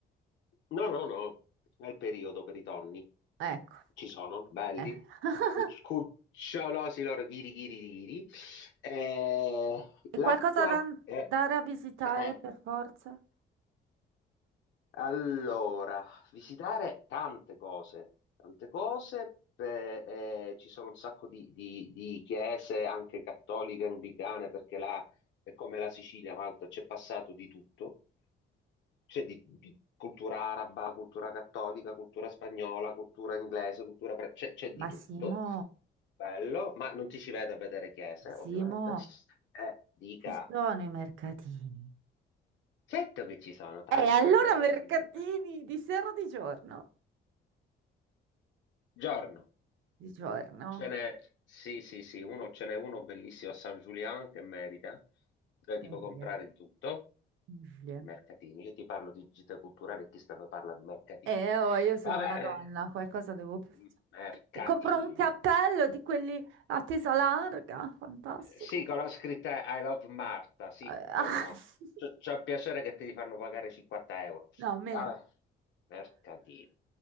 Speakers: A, on the left (about 65°); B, on the right (about 80°).
A: No, no, no, è il periodo per i tonni.
B: Ecco.
A: Ci sono, belli,
B: eh. <laughs>
A: cuc- cucciolosi loro, ghiri, ghiri, ghiri. Eh,
B: E
A: l'acqua
B: qualcosa da andare
A: è...
B: a visitare
A: eh,
B: per forza?
A: Allora, visitare tante cose, tante cose, per- eh, ci sono un sacco di, di- di chiese, anche cattoliche, anglicane, perché là è come la Sicilia, Malta, c'è passato di tutto. cioè di, di cultura araba, cultura cattolica, cultura spagnola, cultura inglese, cultura... pre- C'è c'è di
B: Ma
A: tutto,
B: Simo,
A: bello, ma non ti ci vedo a vedere chiese,
B: Simo,
A: ovviamente. Eh, dica,
B: ci sono i mercatini.
A: certo che ci sono tanti
B: E allora
A: per mercatini
B: mercatini
A: del Re.
B: di sera o di giorno?
A: Giorno,
B: Di giorno.
A: ce n'è, sì, sì, sì, uno, ce n'è uno bellissimo a San Julian che merita, dove ti
B: Incredibile,
A: puoi comprare di tutto,
B: incredibile.
A: mercatini. Io ti parlo di gite culturali e chi sta mi parla di mercatini.
B: E oh, io sono
A: Vabbè,
B: una donna, qualcosa devo... fare.
A: eh, mercatini.
B: Mi compro un cappello di quelli a tesa larga, fantastico.
A: Sì, con la scritta I love Marta, sì,
B: Eh, ah,
A: come no.
B: <laughs>
A: C'è c'è il piacere che te li fanno pagare 50 euro.
B: No, meno.
A: Vabbè, mercatino.